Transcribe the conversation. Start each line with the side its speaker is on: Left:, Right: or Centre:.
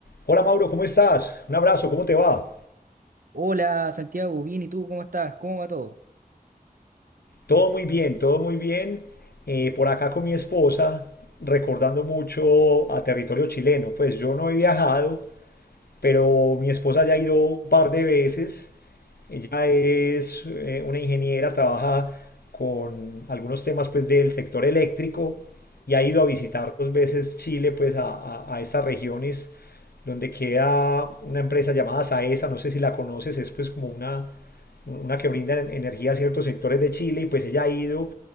Left: Hola Mauro, ¿cómo estás? Un abrazo, ¿cómo te va?
Right: Hola Santiago, bien, ¿y tú cómo estás? ¿Cómo va todo?
Left: Todo muy bien, todo muy bien. Eh, por acá con mi esposa, recordando mucho a territorio chileno. Pues yo no he viajado, pero mi esposa ya ha ido un par de veces. Ella es eh, una ingeniera, trabaja con algunos temas pues del sector eléctrico y ha ido a visitar dos veces Chile pues a, a, a estas regiones donde queda una empresa llamada Saesa, no sé si la conoces, es pues como una una que brinda en- energía a ciertos sectores de Chile y pues ella ha ido